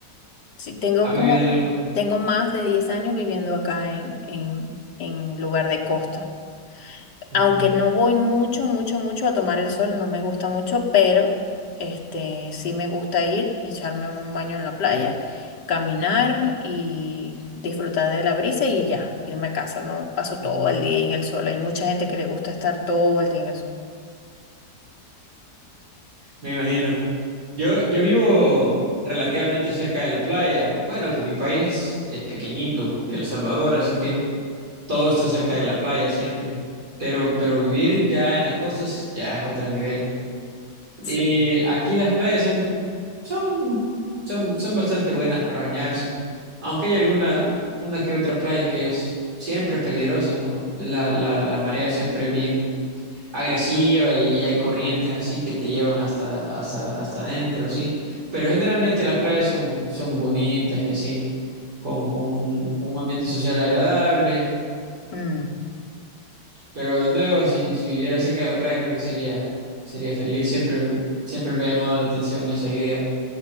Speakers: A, on the left; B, on the right.
A: Sí, tengo
B: has vivido
A: como,
B: en algo?
A: tengo más de 10 años viviendo acá en, en, en lugar de costa.
B: Ujú,
A: Aunque no voy mucho, mucho, mucho a tomar el sol, no me gusta mucho, pero este sí me gusta ir, echarme un baño en la playa, caminar y disfrutar de la brisa y ya, irme a casa. No paso
B: ujú.
A: todo el día ahí en el sol. Hay mucha gente que le gusta estar todo el día en el sol.
B: Me imagino. Yo, yo vivo relativamente cerca de la playa. Bueno, que mi país es, es pequeñito, El Salvador, así que todo está cerca de la playa siempre. Pero, pero vivir ya en la costa es- ya es otro nivel. Y
A: Sí.
B: aquí las playas son, son, son, son bastante buenas para bañarse, aunque hay alguna, una que otra playa que es siempre peligrosa, ¿no? La, la, la marea siempre es bien agresiva y hay corrientes así que te llevan hasta, hasta, hasta adentro, sí. Pero generalmente las playas son, son bonitas y así, con, con un, con un ambiente social agradable,
A: Mm,
B: pero de nuevo, si, si viviera cerca de la playa, creo que sería, sería feliz. Siempre, siempre me ha llamado la atención esa idea